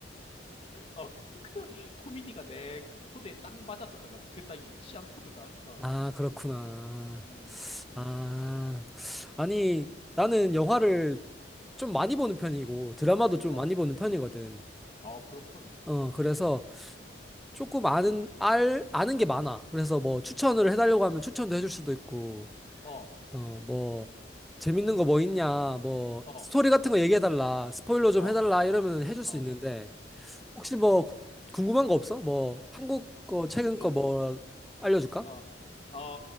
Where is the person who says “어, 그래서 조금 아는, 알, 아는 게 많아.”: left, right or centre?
Centre